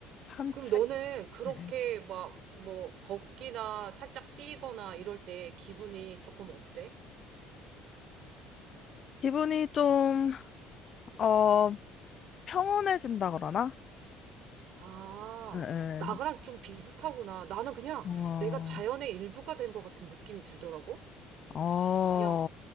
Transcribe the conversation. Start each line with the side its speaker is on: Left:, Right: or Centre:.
Left: 산책.
Right: 그럼 너는 그렇게
Left: 예.
Right: 막 뭐 걷기나 살짝 뛰거나 이럴 때 기분이 조금 어때?
Left: 기분이 좀, 어, 평온해진다 그러나?
Right: 아,
Left: 예, 예.
Right: 나랑 좀 비슷하구나. 나는 그냥
Left: 어,
Right: 내가 자연의 일부가 된 것 같은 느낌이 들더라고.
Left: 어,
Right: 그냥